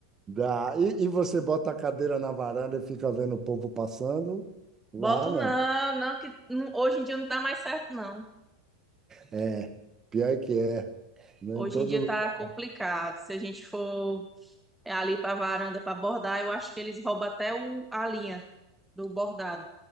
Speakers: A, on the right; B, in the centre.
A: dá. E, e você bota a cadeira na varanda e fica vendo o povo passando? Lá
B: Boto
A: não.
B: não, não que não- hoje em dia não dá mais certo, não.
A: É, pior que é. Não
B: Hoje
A: em todo
B: em dia
A: lugar.
B: tá complicado. Se a gente for ali para a varanda para bordar, eu acho que eles roubam até o, a linha do bordado.